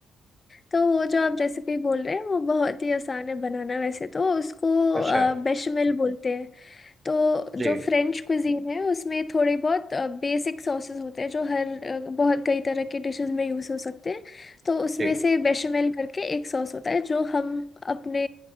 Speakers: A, on the left; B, on the right.
A: तो वो जो आप रेसिपी बोल रहे हैं वो बहुत ही आसान है बनाना वैसे तो उसको
B: अच्छा
A: बेशमेल बोलते हैं तो
B: जी
A: जो फ्रेंच क्विजीन है उसमें थोड़े बहुत बेसिक सॉसेस होते हैं जो हर अ, बहुत कई तरह के डिशेस में यूज़ हो सकते हैं तो उसमें
B: जी
A: से बेशमेल करके एक सॉस होता है जो हम अपने